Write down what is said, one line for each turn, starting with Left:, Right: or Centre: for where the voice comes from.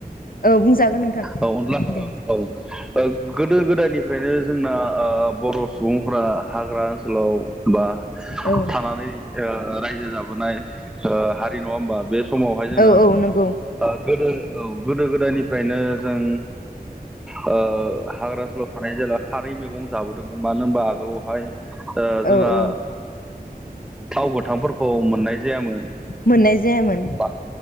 Left: औ बुंजागोन नोंथां
Centre: औ अनला
Left: दे
Centre: औ गोदो गोदायनिफ्रायनो जोंना बर' सुबुंफोरा हाग्रा ओनसोलाव बा
Left: औ
Centre: थानानै रायजो जाबोनाय हारि नङा होमबा बे समावहाय जोंना
Left: औ औ नंगौ
Centre: गोदो औ गोदो गोदायनिफ्रायनो जों हाग्रा ओनसोलाव थानाय जेला खारै मैगं जाबोदोंमोन मानो होनबा आगोलावहाय जोंहा
Left: औ औ
Centre: थाव गोथांफोरखौ मोननाय जायामोन।
Left: मोननाय जायामोन
Centre: बा